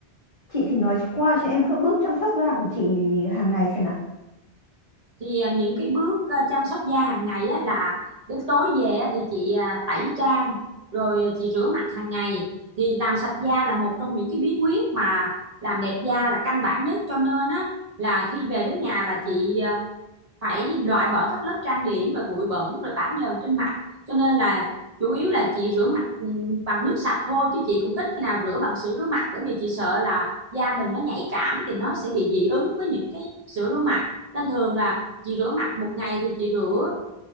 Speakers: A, on the left; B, on the right.
A: Chị thì nói qua cho em các bước chăm sóc da của chị hàng ngày xem nào.
B: thì à, những cái bước à, chăm sóc da hàng ngày á, là đến tối về á, thì chị à, tẩy trang rồi à, chị rửa mặt hàng ngày thì làm sạch da là một trong những cái bí quyết mà làm đẹp da là căn bản nhất cho nên á là khi về đến nhà là chị à, phải loại bỏ các lớp trang điểm rồi bụi bẩn rồi bã nhờn trên mặt cho nên là chủ yếu là chị rửa mặt ừ, bằng nước sạch thôi chứ chị cũng ít khi nào rửa bằng sữa rửa mặt bởi vì chị sợ là da mình nó nhạy cảm thì nó sẽ bị dị ứng với những cái sữa rửa mặt nên thường là chị rửa mặt một ngày thì chị rửa